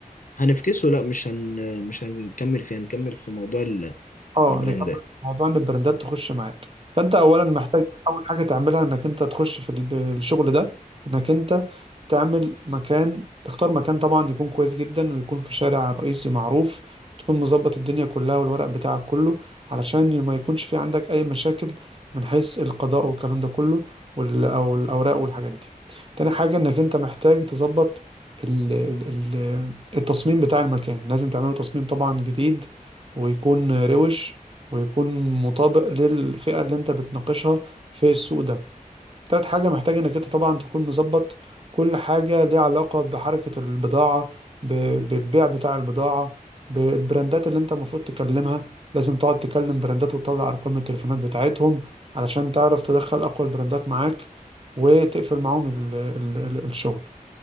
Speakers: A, on the left; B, on the right.
A: هنفكسه لا مش هن آه، مش هنكمل فيه هنكمل في موضوع
B: اه
A: البراندات
B: نكمل في موضوع ان البراندات تخش معاك فانت اولا محتاج اول حاجه تعملها انك انت تخش في الب- الشغل ده انك انت تعمل مكان تختار مكان طبعا يكون كويس جدا ويكون في شارع رئيسي معروف وتكون مظبط الدنيا كلها والورق بتاعك كله علشان ما يكونش في عندك اي مشاكل من حيث القضاء والكلام ده كله وال- او الاوراق والحاجات دي تاني حاجه انك انت محتاج تظبط ال- ال- ال- التصميم بتاع المكان لازم تعمله تصميم طبعا جديد ويكون روش ويكون مطابق للفئة اللي انت بتناقشها في السوق ده تالت حاجة محتاج انك انت طبعا تكون مظبط كل حاجة ليها علاقة بحركة البضاعة ب- بالبيع بتاع البضاعة بالبراندات اللي انت المفروض تكلمها لازم تقعد تكلم براندات وتطلع ارقام التليفونات بتاعتهم علشان تعرف تدخل اقوى البراندات معاك وتقفل معاهم ال ال ال الشغل